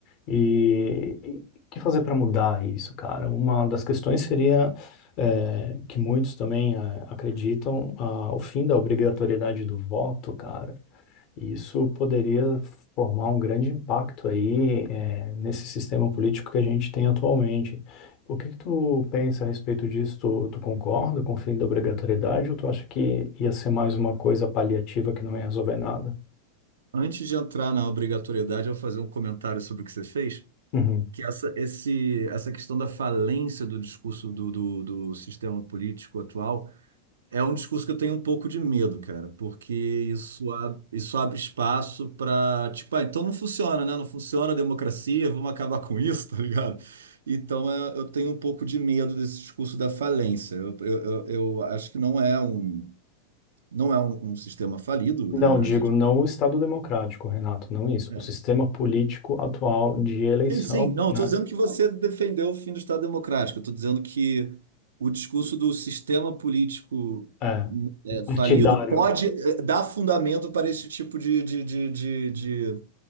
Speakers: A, on the left (about 40°); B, on the right (about 65°).
A: E e o que fazer para mudar isso, cara? Uma das questões seria, eh, que muitos também eh, acreditam, ah, o fim da obrigatoriedade do voto, cara. E Isso poderia formar um grande impacto aí, eh, nesse sistema político que a gente tem atualmente. O que que tu pensa a respeito disso? Tu, tu concorda com o fim da obrigatoriedade ou tu acha que ia ser mais uma coisa paliativa que não ia resolver nada?
B: Antes de entrar na obrigatoriedade, eu vou fazer um comentário sobre o que você fez,
A: Uhum.
B: que essa, esse, essa questão da falência do discurso do, do, do sistema político atual É um discurso que eu tenho um pouco de medo, cara, porque isso, ab- isso abre espaço para, tipo, ah, então não funciona, né? Não funciona a democracia, vamos acabar com isso, <laughs> tá ligado? Então é, eu tenho um pouco de medo desse discurso da falência. Eu, eu, eu eu acho que não é um, não é um, um sistema falido,
A: Não,
B: né?
A: digo,
B: A gente.
A: não o Estado democrático, Renato, não isso.
B: é.
A: O sistema político atual de eleição,
B: Sim, sim. Não,
A: né?
B: estou dizendo que você defendeu o fim do Estado Democrático. Estou dizendo que o discurso do sistema político
A: É,
B: é,
A: partidário
B: falido pode é, dar fundamento para esse tipo de, de, de, de, de,